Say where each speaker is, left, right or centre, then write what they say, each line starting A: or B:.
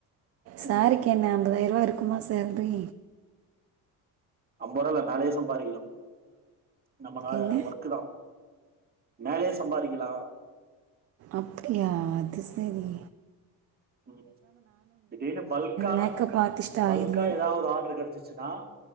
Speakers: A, on the right (about 40°); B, on the right (about 25°).
A: சார்க்கு
B: ம்
A: என்ன ஐம்பதாயரர் ரூபா இருக் குமா சேல்ரி
B: அம்பர்வா இல்ல மேலயே சம்பாரிக்கலா நம்மள
A: என்ன
B: ஒர்க்கு தா மேலயே சம்பாரிக்கலா
A: அப்டியா அது செரி
B: ம் திடிர்னு பல்க்கா
A: மேக்கப் ஆர்டிஸ்ட்டாக
B: பல்க்கா
A: ஆயிடலாம்
B: எதாவது ஒரு ஆடரு கெடச்சுச்சுனா